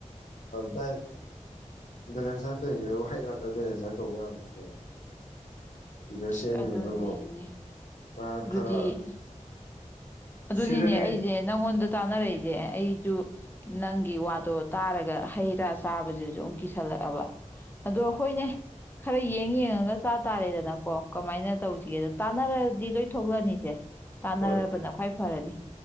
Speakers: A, on the left (about 85°); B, on the left (about 15°).
A: ꯗꯥꯏ ꯕꯦꯂꯦꯟꯁ ꯗꯥꯏꯔ ꯇꯣꯏꯅꯤꯕꯨ ꯍꯩ ꯉꯥꯛꯇ ꯕꯦꯂꯦꯟꯁꯗꯥꯏꯔ ꯇꯧꯕ ꯌꯥꯕ ꯅꯠꯇꯦ꯫ ꯐꯤꯒꯔ
B: ꯑꯁ
A: ꯁꯦꯝꯃꯤꯅꯦꯅꯕꯨ
B: ꯑꯗꯨꯅꯦꯅꯦ
A: ꯃꯥ
B: ꯑꯗꯨꯗꯤ
A: ꯈꯔ
B: ꯑꯗꯨꯅꯤꯅꯦ
A: ꯁꯤꯗꯅꯦ
B: ꯑꯩꯁꯦ ꯅꯪꯉꯣꯟꯗ ꯇꯥꯅꯔꯛꯏꯁꯦ ꯑꯩꯁꯨ ꯅꯪꯒꯤ ꯋꯥꯗꯣ ꯇꯥꯔꯒ ꯍꯩꯔꯥ ꯆꯥꯕꯁꯤꯁꯨ ꯑꯃꯨꯛ ꯀꯤꯁꯤꯜꯂꯛꯑꯕ꯫ ꯑꯗꯣ ꯍꯣꯏꯅꯦ ꯈꯔ ꯌꯦꯡ ꯌꯦꯡꯉꯒ ꯆꯥ ꯇꯥꯔꯦꯗꯅꯀꯣ ꯀꯃꯥꯏꯅ ꯇꯧꯁꯤꯒꯦꯗ ꯇꯥꯟꯅꯔꯗꯤ ꯂꯣꯏ ꯊꯣꯛꯂꯛꯑꯅꯤꯁꯦ ꯇꯅꯥꯔ
A: ꯍꯣꯏ
B: ꯐꯔꯥꯅꯤ